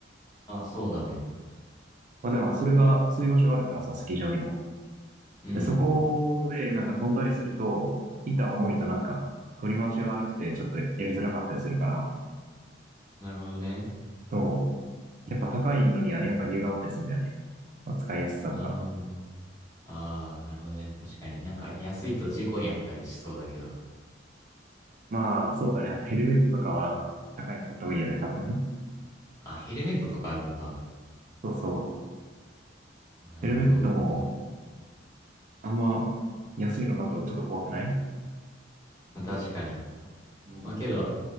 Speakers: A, on the left (about 20°); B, on the right (about 45°).
A: あ、そうだね。
B: まあでも、それが、そういう場所があるからさ、スキー場にも。
A: うん。
B: で、そこで、なんか飛んだりすると、板重いとなんか、取り回しが悪くて、ちょっとやりづらかったりするから、
A: なるほどね。
B: そう。やっぱ高いのには、やっぱ理由があったりするんだよね。まあ、使いやすさとか。
A: なるほど。ああ、なるほどね。確かに。なんか安いと事故にあったりしそうだけど。
B: まあ、そうだね。あとヘルメットとかは、高いの買った方がいいよね、多分。<laughs>
A: あ、ヘルメットとかあるのか。
B: そうそう。
A: なるほど。
B: ヘルメットも、
A: ま、
B: あんま、安いのだとちょっと怖くない
A: ま確かに。
B: うん。
A: まあけど、